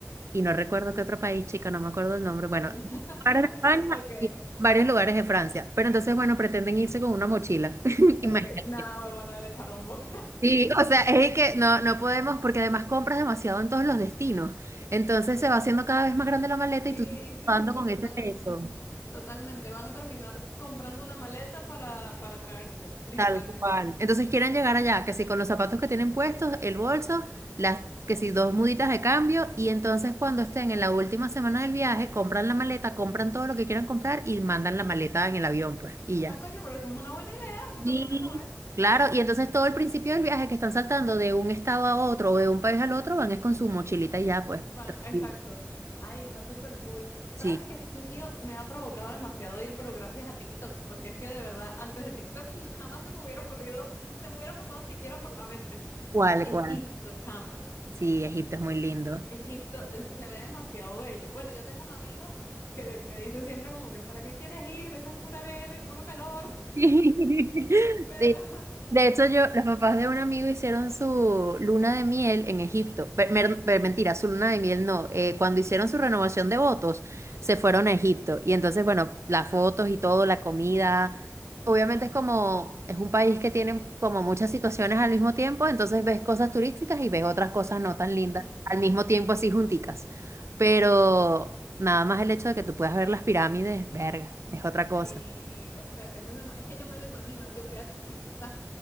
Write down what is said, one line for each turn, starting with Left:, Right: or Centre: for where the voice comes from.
Right: y no recuerdo qué otro país, chica, no me acuerdo el nombre. Bueno,
Left: <laughs>
Right: para España
Left: Ok,
Right: y varios lugares de Francia. Pero entonces, bueno, pretenden irse con una mochila. <laughs>
Left: ok,
Right: Imagínate.
Left: nada, huevona, le echaron bola.
Right: Sí, o sea, es que no, no podemos, porque además compras demasiado en todos los destinos. Entonces se va haciendo cada vez más grande la maleta
Left: Sí,
Right: y tú estás
Left: sí,
Right: dando
Left: sí, sí,
Right: con
Left: totalmente.
Right: ese peso.
Left: Totalmente. Van a terminar comprando una maleta para, para traérsela, literalmente.
Right: Tal cual. Entonces quieren llegar allá, que si con los zapatos que tienen puestos, el bolso, las, que si dos muditas de cambio, y entonces cuando estén en la última semana del viaje, compran la maleta, compran todo lo que quieran comprar y mandan la maleta en el avión, pues, y ya.
Left: Ah, coño, pero eso es una buena idea, si
Right: Y
Left: te pones a ver.
Right: claro, y entonces todo el principio del viaje que están saltando de un estado a otro o de un país al otro, van es con su mochilita y ya, pues,
Left: Va-
Right: tranquilo.
Left: exacto. Ay, está súper cool. ¿Sabes
Right: Sí,
Left: qué sitio me ha provocado demasiado ir, pero gracias a TikTok? Porque es que de verdad, antes de TikTok jamás se me hubiera ocurrido, se me hubiera pasado siquiera por la mente.
Right: cuál,
Left: Egipto,
Right: cuál.
Left: chama.
Right: Sí, Egipto es muy lindo.
Left: Egipto eh, se ve demasiado bello. Bueno, yo tengo un amigo que me dice siempre como que, ¿para qué quieres ir? Eso es pura arena y puro calor.
Right: <laughs> Sí,
Left: Pero,
Right: De hecho, yo, los papás de un amigo hicieron su luna de miel en Egipto. Pe- mer- pe- mentira, su luna de miel no. Eh, cuando hicieron su renovación de votos, se fueron a Egipto. Y entonces, bueno, las fotos y todo, la comida. Obviamente es como, es un país que tiene como muchas situaciones al mismo tiempo, entonces ves cosas turísticas y ves otras cosas no tan lindas
Left: ujú,
Right: al mismo tiempo así junticas. Pero nada más el hecho de que tú puedas ver las pirámides, verga, es otra cosa.
Left: sí, o sea, eso se me- es que yo me lo imagino. Yo fui a Chichén Itzá,